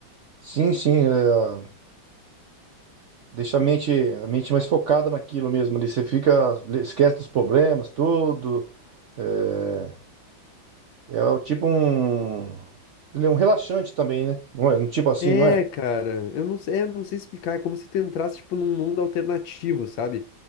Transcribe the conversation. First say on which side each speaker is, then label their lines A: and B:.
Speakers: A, on the right (about 80°); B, on the left (about 80°).
A: sim, sim. é, deixa a mente, a mente mais focada naquilo mesmo ali. Você fica, esquece dos problemas, tudo. é, É o tipo um. Ele é um relaxante também, né? Não é? Um Tipo assim,
B: É,
A: não é?
B: cara, eu não sei, é, eu não sei explicar, é como se tu entrasse, tipo, num mundo alternativo, sabe?